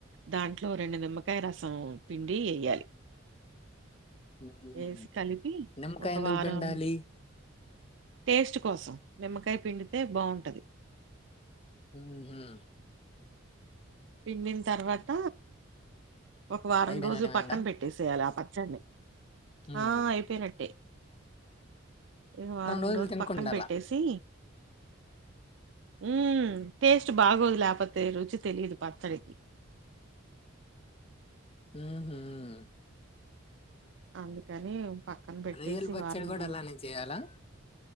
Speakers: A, on the right; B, on the left.
A: దాంట్లో రెండు నిమ్మకాయ రసం పిండి ఎయ్యాలి
B: హ్మ్.
A: వేసి కలిపి
B: నిమ్మకాయ
A: ఒక
B: ఎందుకు
A: వారం
B: పిండాలి
A: టేస్ట్ కోసం నిమ్మకాయ పిండితే బావుంటది
B: ఉ హ్మ్మ్
A: పిండిన్ తర్వాత ఒక వారం
B: అయిపోయినాక
A: రోజు పక్కన పెట్టేసేయాలి ఆ పచ్చడ్నె
B: హ్మ్.
A: ఆ అయిపోయినట్టే ఈగ వారం
B: రోజులు
A: రోజ
B: తినకుండాల
A: పక్కన పెట్టేసి ఉమ్ టేస్ట్ బాగోదు లేకపోతే రుచి తెలిదు పచ్చడికి
B: ఊహ్మ్మ్
A: అందుకని పక్కన పెట్టేసి
B: రొయ్యల పచ్చడి
A: వారం
B: కూడా
A: రో
B: అలానే చేయాలా